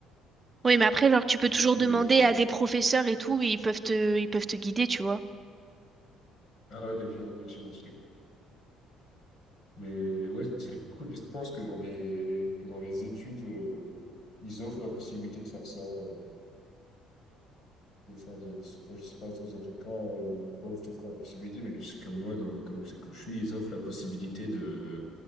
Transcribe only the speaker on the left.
faut
les trouver,
les stages.
Ah, ouais, il y a du remboursement. Mais ouais, c'est cool. Et je pense que dans les, que dans les études, euh, ils offrent la possibilité de faire ça, euh, de faire de, moi, je sais pas, dans quel cas, euh, ils peuvent te faire la possibilité, mais je sais que moi, dans l'école où c'est que je suis, ils offrent la possibilité de,